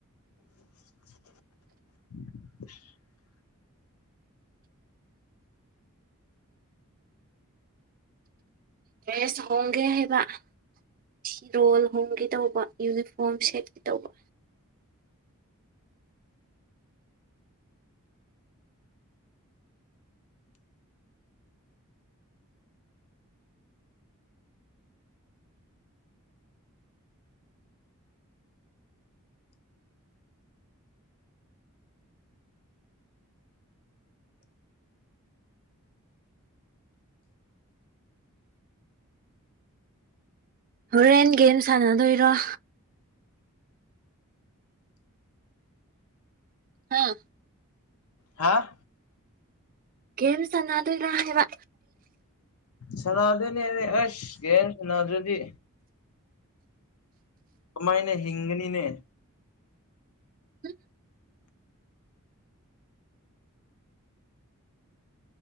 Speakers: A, on the left (about 80°); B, on the right (about 40°).
A: <inaudible>
B: ꯦꯁ ꯍꯣꯡꯒꯦ ꯍꯥꯏꯕ ꯁꯤꯤꯔꯣꯜ ꯍꯣꯡꯒꯦ ꯇꯧꯕ ꯌꯨꯅꯤꯐꯣꯔꯝ ꯁꯦꯠꯀꯤꯦ ꯇꯧꯕ ꯍꯣꯔꯦꯟ ꯒꯦꯝ ꯁꯥꯟꯅꯗꯣꯏꯔꯣ ꯍꯥꯥ
A: ꯍꯥꯥ
B: ꯦꯝꯁꯅ ꯑꯗꯨ ꯅ ꯋꯥ
A: ꯁꯅꯥꯗꯅꯤꯅꯦꯦ ꯑꯁ ꯀꯦ ꯁꯅꯥꯗꯨꯗꯤ ꯀꯃꯥꯏꯅ ꯍꯤꯡꯒꯅꯤꯅꯦ
B: ꯎꯝ